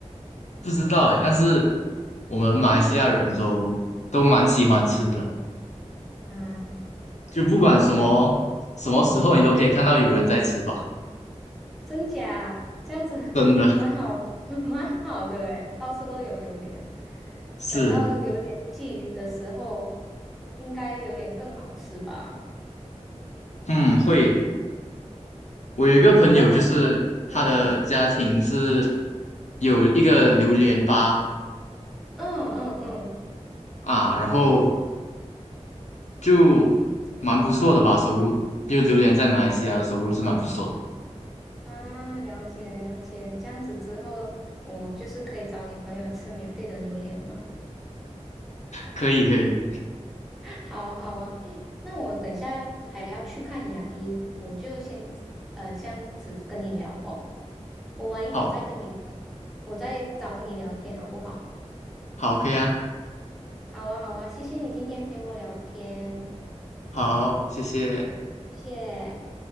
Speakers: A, on the left (about 75°); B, in the centre.
A: 不知道哎，但是我们马来西亚人都都蛮喜欢吃的，
B: 嗯嗯嗯啊，
A: 就不管什么什么时候，
B: 那我嗯嗯，
A: 你都可以看到有人在吃吧。
B: 真假啊这样子
A: 真的
B: 蛮好，<laughs> 蛮好的诶，到处都有榴莲。
A: 是，
B: 等到榴莲季的时候，应该榴莲更好吃吧？
A: 嗯，会。我有一个朋友，
B: 好啊，好啊，
A: 就是他的家庭是
B: 嗯嗯
A: 有一个榴莲吧
B: 嗯嗯嗯
A: 啊，然后就蛮不错的吧，收入就榴莲在马来西亚的收入是蛮不错的，
B: 啊，了解了解，这样子之后，我就是可以找你朋友吃免费的榴莲吗？
A: 可以可以，
B: <laughs> 好啊，好啊，诶，那我等一下要还要去看牙医，我就先呃这样子跟你聊吼，我晚一点再跟你，
A: 好，
B: 我再找你聊天好不好？
A: 好，可以啊，
B: 好啊，好啊，谢谢你今天陪我聊天，
A: 好，谢谢。
B: 谢谢。